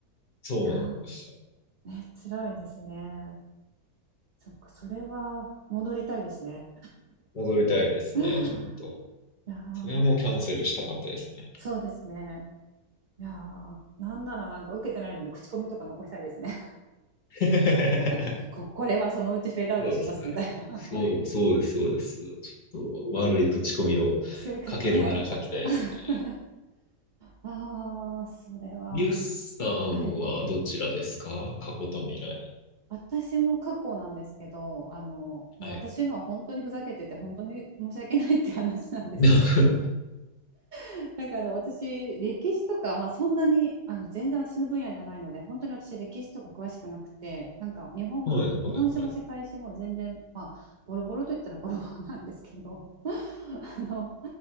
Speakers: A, on the left (about 45°); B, on the right (about 85°).
A: そうなんですよ。
B: やー、ね、辛いですね。そっか、それは戻りたいですね。
A: 戻りたいですね、
B: <laughs> い
A: ちょっと。
B: やー、
A: それはもうキャンセルしたかったですね。
B: そうですね。いやー、なんならなんか受けてないのに口コミとか残したいですね。
A: <laughs>
B: <laughs> こ、これはそのうちフェードアウトしますみたいな。
A: そうですね。そう、
B: <laughs>
A: そうです、そうです。ちょっと悪い口コミを
B: 癖をかけね。
A: 書けるなら書きたいですね。
B: <laughs> ああ、それは。
A: ミュースさんはどちらですか過去と未来。
B: はい。私も過去なんですけど、あの、もう私のは本当にふざけてて、
A: はい。
B: 本当に申し訳ないって話なんですけど、
A: <laughs>
B: <laughs> なんかあの私歴史とか、まあ、そんなにあの全然私の分野じゃないので本当に私歴史とか詳しくなくてなんか日本も日本史も世界史も全然、
A: はい、はい、はい。
B: まあ、ボロボロといったらボロボロなんですけど <laughs> あの